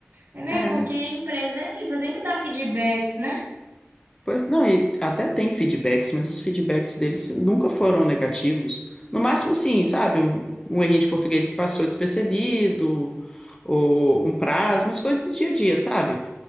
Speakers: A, on the right; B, on the left.
A: É Né?
B: É,
A: Porque a empresa é isso, você tem que dar feedbacks, né?
B: pois não, e até tem feedbacks, mas os feedbacks deles nunca foram negativos. No máximo, sim, sabe? Um, um errinho de português que passou despercebido, ou um prazo, mas coisa do dia a dia, sabe?